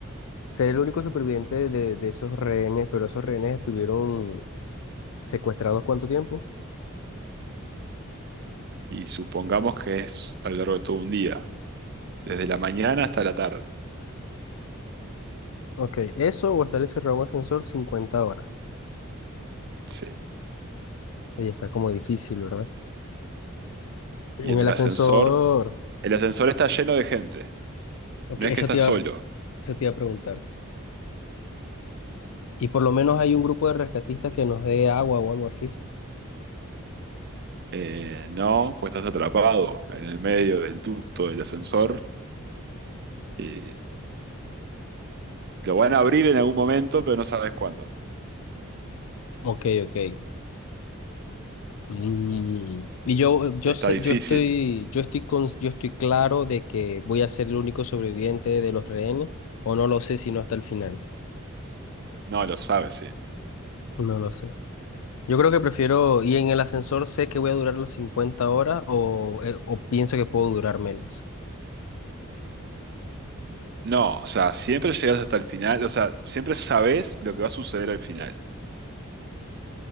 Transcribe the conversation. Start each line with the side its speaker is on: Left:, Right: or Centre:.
Left: ser el único superviviente de, de esos rehenes, pero esos rehenes estuvieron secuestrados cuánto tiempo?
Right: Y supongamos que es a lo largo de todo un día, desde la mañana hasta la tarde.
Left: Ok, eso o estar encerrado en un ascensor 50 horas.
Right: Sí.
Left: Oye, está como difícil, ¿verdad? En
Right: Y en
Left: el
Right: el
Left: <laughs> ascensor.
Right: ascensor, el ascensor está lleno de gente,
Left: Ok,
Right: no
Left: eso
Right: es que estás
Left: te iba,
Right: solo.
Left: eso te iba a preguntar. Y por lo menos hay un grupo de rescatistas que nos dé agua o algo así.
Right: Eh, no, pues estás atrapado en el medio del ducto del ascensor. Y lo van a abrir en algún momento, pero no sabes cuándo.
Left: Ok, ok. Mm, Y yo, yo,
Right: Está
Left: sé-
Right: difícil.
Left: yo estoy, yo estoy con, yo estoy claro de que voy a ser el único sobreviviente de los rehenes, o no lo sé sino hasta el final.
Right: No, lo sabes, sí.
Left: No lo sé. Yo creo que prefiero, y en el ascensor sé que voy a durar las 50 horas o, eh, o pienso que puedo durar menos.
Right: No, o sea, siempre llegas hasta el final, o sea, siempre sabes lo que va a suceder al final.